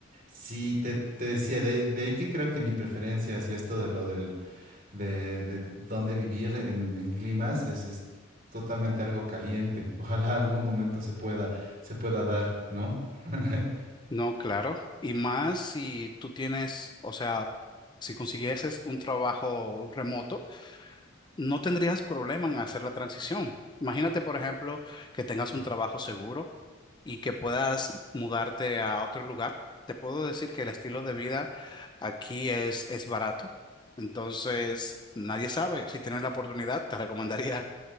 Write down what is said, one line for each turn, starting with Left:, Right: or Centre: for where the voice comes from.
Right: Sí, te, te decía, de, de ahí que creo que mi preferencia hacia esto de lo del, de, de dónde vivir en, en climas es, es totalmente algo caliente. Ojalá algún momento se pueda, se pueda dar, ¿no? <laughs>
Left: No, claro. Y más si tú tienes, o sea, si consiguieses un trabajo remoto, no tendrías problema en hacer la transición. Imagínate, por ejemplo, que tengas un trabajo seguro y que puedas mudarte a otro lugar. Te puedo decir que el estilo de vida aquí es, es barato. Entonces, nadie sabe. Si tienes la oportunidad, te recomendaría